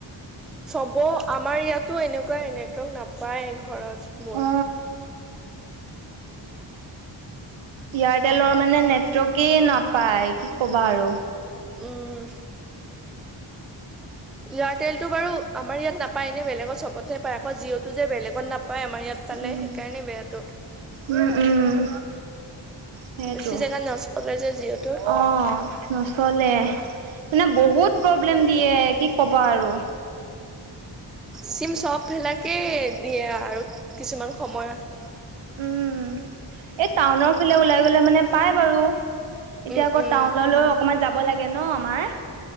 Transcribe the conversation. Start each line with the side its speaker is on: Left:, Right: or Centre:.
Centre: চবৰ, আমাৰ ইয়াতো এনেকুৱাই নেটৱৰ্ক নাপায় ঘৰত মোৰ।
Right: অ এয়াৰটেলৰ মানে নেটৱৰ্কেই নাপায়, কি ক'বা আৰু।
Centre: উম। এয়াৰটেলটো বাৰু আমাৰ ইয়াত নাপায়, এনে বেলেগত চবতে পায়। আকৌ জিঅ' টো যে বেলেগত নাপায়, আমাৰ ইয়াত পালে
Right: উম
Centre: সেইকাৰণে বেয়াটো।
Right: উম, উম। সেইটো,
Centre: বেছি জেগাত নচলে যে যিহেতু
Right: অ'। নচলে। মানে বহুত প্ৰব্লেম দিয়ে, কি ক'বা আৰু।
Centre: চিম চব বিলাকেই দিয়ে আৰু কিছুমান সময়ত।
Right: উম, এই টাউনৰ ফালে ওলাই গ'লে মানে পাই বাৰু। এতিয়া
Centre: উম
Right: আকৌ
Centre: উম
Right: টাউনলৈ অকমান যাব লাগে ন, আমাৰ।